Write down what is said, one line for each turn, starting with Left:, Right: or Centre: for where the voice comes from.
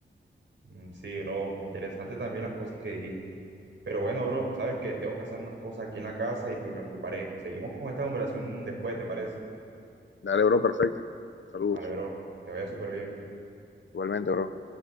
Right: Mm, Sí, bro, interesante también las cosas que dijiste. Pero bueno, bro, sabes que tengo que hacer unas cosas aquí en la casa y pues me ocuparé. Seguimos con esta conversación después, ¿te parece?
Left: Dale, bro, perfecto. Saludos.
Right: Vale, bro, te vaya súper bien.
Left: Igualmente, bro.